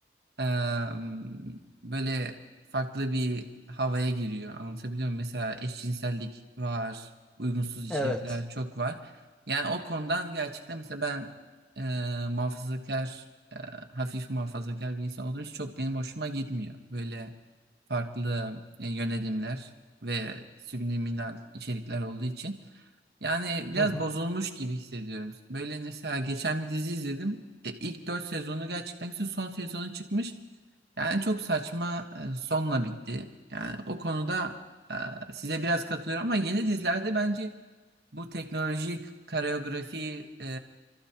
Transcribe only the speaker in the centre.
Evet.
Hı hı.